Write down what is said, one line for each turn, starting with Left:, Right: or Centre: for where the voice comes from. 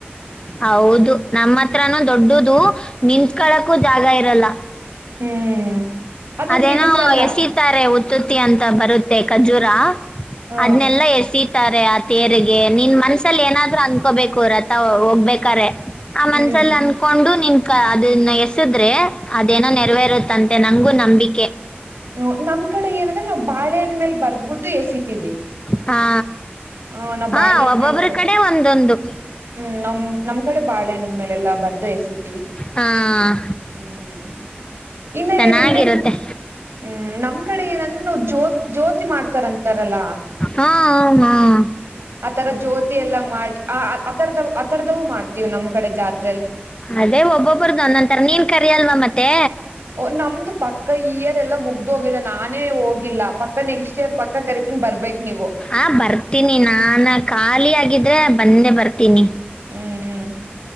Left: ಹೌದು ನಮ್ಮ ಹತ್ರಾನ ದೊಡ್ಡದು ನಿಂತ್ಕಳಕ್ಕೂ ಜಾಗ ಇರಲ್ಲ
Right: ಹ್ಮ್ ಅದೊಂದ
Left: ಅದೇನೋ
Right: ಇರುತ್ತಲ್ಲ
Left: ಎಸಿತಾರೆ ತುತಿ ಅಂತ ಬರುತ್ತೆ ಖಜೂರ
Right: ಹ
Left: ಅದನ್ನೆಲ್ಲಾ ಎಸ ಇತಾರೆ ಆ ತೇರಿಗೆ ನಿನ್ ಮನ್ಸಲ್ಲಿ ಏನಾದ್ರು ಅನ್ಕೋಬೇಕು ರತ ಹೋಗ್ಬೇಕಾರೆ ಆ ಮನ್ಸಲ್
Right: ಹ್ಮ್
Left: ಅನ್ಕೊಂಡು ನಿನ್ ಕ ಅದನ್ನ ಎಸಿದ್ರೆ ಅದೇನೋ ನೆರವೇರುತ್ತಂತ ನಂಗು ನಂಬಿಕೆ
Right: ಹ್ಮ್ ನಮ್ ಕಡೆ ಏನಂದ್ರೆ ನಾವು ಬಾಳೆನ್ ಮೇಲೆ ಬರ್ದ್ಬಿಟ್ಟು ಎಸಿತೀವಿ
Left: ಹಾ
Right: ಆ ನಾವ್
Left: ಹ
Right: ಬಾಳೆಹಣ್
Left: ಒಬ್ಬೊಬ್ಬ್ರ
Right: ಮೇಲ್ ಬರ
Left: ಕಡೆ ಒಂದೊಂದು
Right: ಹ್ಮ್ ನಮ್ ನಮ್ ಕಡೆ ಬಾಳೆಹಣ್ಣನನ್ ಮೇಲೆಲ್ಲಾ ಬರ್ದು ಎಸಿತಿವಿ
Left: ಹಾಂ
Right: ಹ್ಮ್ ಇನ್ನ
Left: ಚೆನ್ನಾಗಿರುತ್ತೆ
Right: ಏನಂದ್ರೆ ಹ್ಮ್ ನಮ್ ಕಡೆ ಏನಂದ್ರೆ ನಾವ ಜ್ಯೋ ಜ್ಯೋತಿ ಮಾಡ್ತಾರಂತಾರಲ್ಲಾ
Left: ಹಾ ಹ ಹ್ಮ್
Right: ಆ ತರ ಜ್ಯೋತಿ ಎಲ್ಲಾ ಮಾಡಿ ಆ ಆರದ ಆ ತರದವು ಮಾಡ್ತೀವ ನಮ್ ಕಡೆ ಜಾತಿ
Left: ಅದೇ ಒಬ್ಬೊಬ್ಬರ್ದು ಒಂದಂದತರ ನೀನ್ ಕರಿ ಅಲ್ವಾ ಮತ್ತೆ
Right: ಓ ನಮ್ದು ಪಕ್ಕ ಇಯರ್ ಎಲ್ಲಾ ಮುಗ್ದು ಹೋಗಿದೆ ನಾನೇ ಹೋಗಿಲ್ಲ ಪಕ್ಕ ನೆಕ್ಸ್ಟ್ ಇಯರ್ ಪಕ್ಕ ಕರಿತ ಬರ್ಬೇಕ್ ನೀವು
Left: ಆ ಬರ್ತೀನಿ ನಾನ ಖಾಲಿ ಆಗಿದ್ರ ಬಂದೆ ಬರ್ತೀನಿ.
Right: ಹ್ಮ್ ಹ್ಮ್